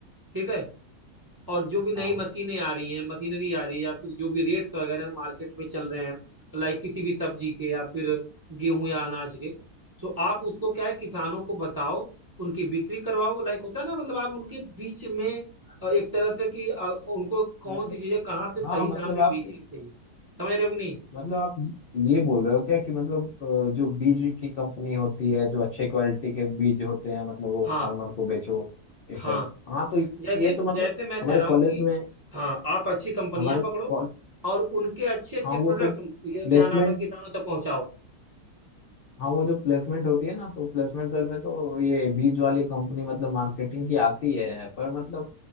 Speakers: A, on the right (about 25°); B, on the left (about 80°).
A: ठीक है और जो भी नई
B: हाँ
A: मशीनें आ रही हैं मशीनरी आ रही है या फिर जो भी रेट्स वगैरह मार्केट में चल रहे हैं लाइक किसी भी सब्जी के या फिर गेहूं या अनाज के तो आप उसको क्या है किसानों को बताओ उनकी बिक्री करवाओ लाइक होता है ना मतलब आप उनके बीच में अ, एक तरह से कि अ, उनको कौन
B: मतलब
A: सी चीजें कहाँ पे सही
B: हाँ मतलब
A: दाम में
B: आप
A: बेचनी चाहिए समझ रहे हो कि नहीं
B: मतलब आप ये बोल रहे हो क्या कि मतलब अ, जो बीज की कंपनी होती है जो अच्छे क्वालिटी के बीज होते हैं मतलब वो
A: हाँ
B: फार्मर को बेचो इस
A: हाँ
B: टाइप हाँ तो
A: जैसे
B: ये तो मतलब
A: जैसे मैं
B: हमारे
A: कह रहा हूँ
B: कॉलेज
A: कि
B: में
A: हाँ आप अच्छी कंपनियां
B: हमारे
A: पकड़ो
B: कॉल-
A: और उनके अच्छे अच्छे
B: हाँ
A: प्रोडक्ट
B: वो तो
A: ये
B: प्लेसमेंट
A: क्या नाम है किसानों तक पहुंचाओ
B: हाँ वो जो प्लेसमेंट होती है ना तो प्लेसमेंट सेल में तो ये बीज वाली कंपनी मतलब मार्केटिंग की आती है पर मतलब